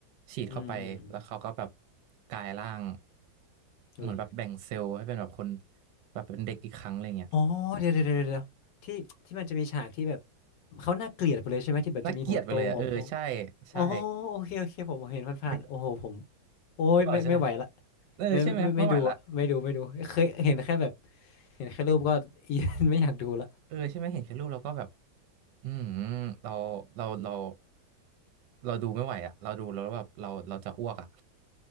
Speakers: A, on the right; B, on the left.
A: ฉีดเข้าไปแล้วเขาก็แบบ
B: อืมอืมอม
A: กลายร่าง เหมือนแบบแบ่งเซลล์ให้เป็นแบบคน
B: อุ้ย
A: แบบเป็นเด็กอีกครั้งอะไรเงี้ย
B: อ๋อเดี๋ยวเดี๋ยวเดี๋ยวเดี๋ยวที่ที่มันจะมีฉากที่แบบเขาน่าเกลียดไปเลยใช่ไหมที่แบบจะมีหัวโตหัวพอง
A: น่าเกลียดไปเลยอ่ะเออใช่ใช่
B: อ๋อโอเคโอเคผมเห็นผ่านๆโอ้โหผม
A: นึก
B: โอ้ยไม่ไม่ไหวละ
A: นึกออกแล้วใช่ไหมเออใช่ไหมไม่ไหวละ
B: ไม่ไม่ไม่ดูอะไม่ดูไม่ดูเคยเห็นแค่แบบเห็นแค่รูปก็ <laughs> อีไม่อยากดูละ
A: เออใช่ไหมเห็นแค่รูปเราก็แบบอืมเราเราเราเราดูไม่ไหวอ่ะเราดูแล้วแบบเราเราจะอ้วกอ่ะ